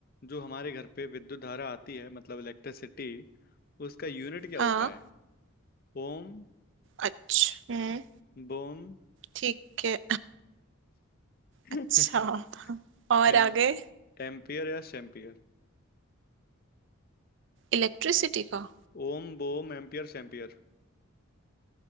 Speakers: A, on the left; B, on the right.
A: जो हमारे घर पे विद्युत धारा आती है मतलब इलेक्ट्रिसिटी उसका यूनिट क्या
B: हाँ
A: होता है ओम
B: अच्छा हम्म
A: बोम
B: ठीक है
A: <laughs>
B: अच्छा और
A: एम
B: आगे
A: एम्पियर या शेम्पियर
B: इलेक्ट्रिसिटी का
A: ओम बोम एम्पियर शैम्पियर।